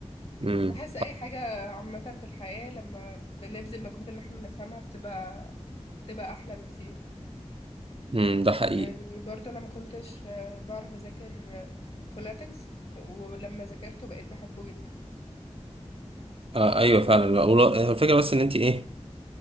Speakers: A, on the left (about 60°); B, on the right (about 55°).
A: مم،
B: امم
A: بحس أي حاجة عامة في الحياة لما بنبذل مجهود إن احنا نفهمها بتبقى بتبقى أحلى بكتير
B: امم ده حقيقي
A: يعني برضو انا ما كنتش آه، بعرف اذاكر فوناتكس ولما ذاكرته بقيت بحبه جدا
B: آه ايوه فعلا والله- هو الفكره بس ان انت ايه